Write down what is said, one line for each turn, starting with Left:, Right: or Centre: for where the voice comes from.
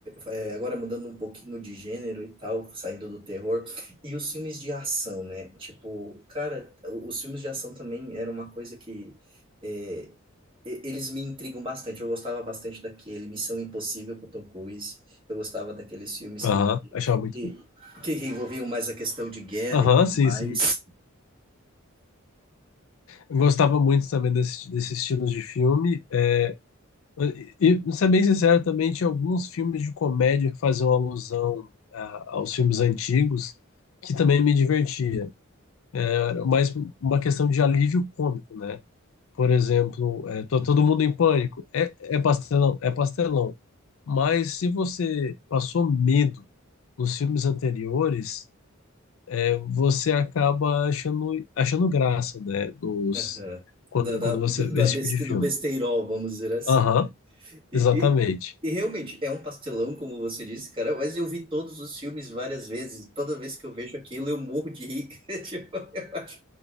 Right: é, agora mudando um pouquinho de gênero e tal, saindo do terror, e os filmes de ação, né? Tipo, cara, o- os filmes de ação também era uma coisa que é, e- eles me intrigam bastante. Eu gostava bastante daquele Missão Impossível com o Tom Cruise. Eu gostava daqueles filmes
Left: Aham,
Right: que,
Left: achava muito
Right: que,
Left: bom.
Right: que envolviam mais a questão de guerra
Left: Aham,
Right: e tudo
Left: sim,
Right: mais.
Left: sim. Eu gostava muito também desse, desse estilo de filme. É, e, e, ser bem sincero, também tinha alguns filmes de comédia que faziam alusão a- aos filmes antigos, que também me divertia. Era mais uma questão de alívio cômico, né? Por exemplo, é, to- todo mundo em pânico. É, é pastelão, é pastelão. Mas se você passou medo nos filmes anteriores, é, você acaba achando, achando graça, né? Dos,
Right: Aham.
Left: quando,
Right: Da, da,
Left: quando
Right: <laughs>
Left: você vê
Right: da
Left: esse
Right: beste-
Left: tipo de filme.
Right: do besteirol, vamos dizer assim.
Left: Aham,
Right: né? E,
Left: exatamente.
Right: e, e realmente, é um pastelão, como você disse, cara, mas eu vi todos os filmes várias vezes. Toda vez que eu vejo aquilo, eu morro de rir. <laughs> Tipo, eu acho,